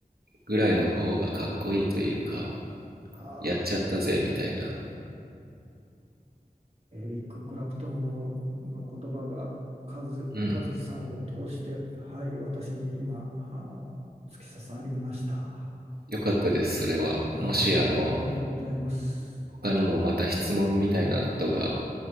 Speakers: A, on the right; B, on the right.
A: ぐらいの方がかっこいいというか、
B: ああ。
A: やっちゃったぜみたいな。
B: エリック・クラプトンをの言葉が和、
A: うん。
B: 和樹さんを通して、はい、私に今、あの、突き刺さりました。
A: よかったです、それは。
B: はい、
A: もしあの、
B: ありがとうございます。
A: 他にもまた質問みたいなことが、